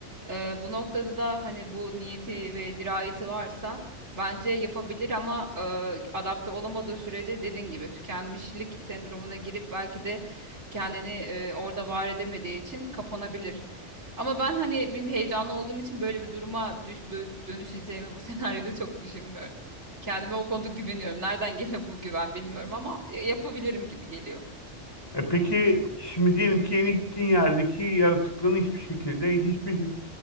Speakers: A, on the right; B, on the left.
A: E, bu noktada da hani bu niyeti ve dirayeti varsa bence yapabilir ama e, adapte olamadığı sürece dediğin gibi tükenmişlik sendromuna girip belki de kendini e, orada var edemediği için kapanabilir. Ama ben hani benim heyecanlı olduğum için böyle bir duruma düş- dö- dönüşeceğimi bu <laughs> senaryoda çok düşünmüyorum. Kendime o konuda güveniyorum. Nereden gene bu güven bilmiyorum ama ya- yapabilirim gibi geliyor.
B: E peki şimdi diyelim ki yeni gittiğin yerdeki yaratıkların hiçbir şekilde hiçbir